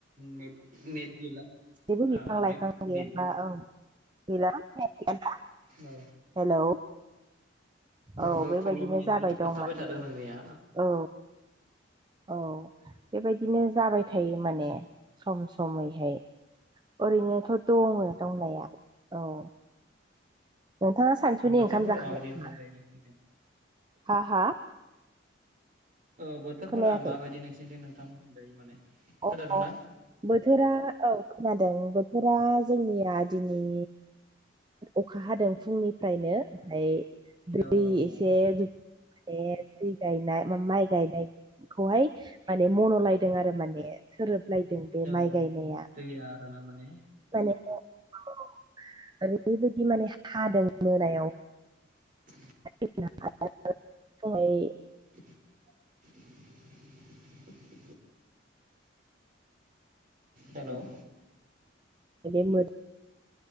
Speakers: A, on the right; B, on the right.
A: नेथ नेेथ नेद गैला
B: जेबो
A: आ
B: बिफां
A: नेथ
B: लाइफां गैयाबा औ <unintelligible>
A: औ
B: हेलौ औ
A: हो
B: बेबायदिनो
A: प्रब्लेम माने
B: जाबाय
A: थाबथाबाय
B: दं माने
A: थादों नोंनिया
B: औ औ बेबायदिनो जाबाय थायो माने सम समैहाय ओरैनोथ' दङो दंनाया औ नोंथाङा सानसुनि
A: बोथोरफोरा
B: ओंखाम जाखांबाय
A: माबायदि नोंथां
B: नामा
A: दायो नोंसिनिथिं
B: हा हा
A: औ बोथोरफोरा
B: खोनायाखै
A: माबायदि नोंसिनि थिं नोंथांमोननिथि माने खोनादोंना
B: अ अ बोथोरा औ खोनादों बोथोरा जोंनिया दिनै अखा हादों फुंनिफ्रायनो ओमफाय दै
A: औ
B: एसे माने दै गायनाय माइ गायनायखौहाय माने मन'लायदों आरो माने थोरोबलायदों बे
A: औ
B: माइ गायनाया
A: दैया आरोना माने
B: माने ओरैबायदि माने हादों मोनायाव
A: <unintelligible>
B: <unintelligible>
A: <unintelligible> हेलौ
B: <unintelligible>